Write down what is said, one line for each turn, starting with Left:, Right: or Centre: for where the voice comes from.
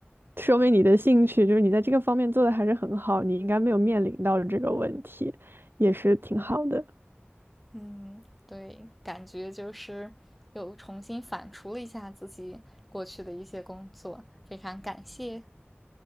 Right: 说明你的兴趣就是你在这个方面做的还是很好，你应该没有面临到这个问题，也是挺好的。
Centre: 嗯，对，感觉就是又重新反刍了一下自己过去的一些工作，非常感谢。